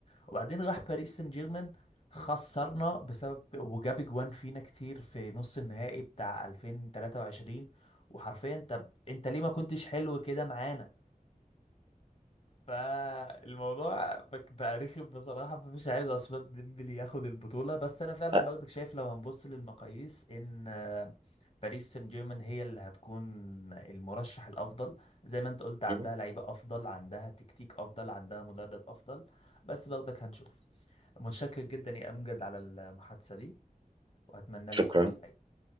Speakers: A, on the left (about 45°); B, on the right (about 35°).
A: وبعدين راح باريس سان جيرمان خسرنا بسبب وجاب جوان فينا كتير في نص النهائي بتاع 2023 وحرفيا طب انت ليه ما كنتش حلو كده معانا فالموضوع بك- بقى رخم بصراحة فمش عايز عثمان ديمبلي ياخد البطولة بس أنا فعلا
B: آه،
A: برضك شايف لو هنبص للمقاييس إن آه، باريس سان جيرمان هي اللي هتكون المرشح الأفضل زي ما أنت قلت عندها
B: مم.
A: لعيبة أفضل عندها تكتيك أفضل عندها مدرب أفضل بس برضك هنشوف متشكر جدا يا أمجد على المحادثة دي وأتمنى
B: شكرا
A: لك يوم سعيد